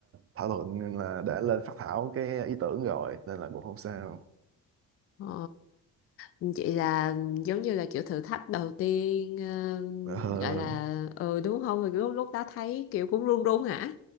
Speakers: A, on the right; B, on the left.
A: thảo luận là đã lên phát thảo cái ý tưởng rồi nên là cũng không sao
B: Ờ, Vậy là giống như là kiểu thử thách đầu tiên ờ,
A: Ờ.
B: gọi là ừ đúng không? Rồi Lúc lúc đó thấy kiểu cũng run run hả?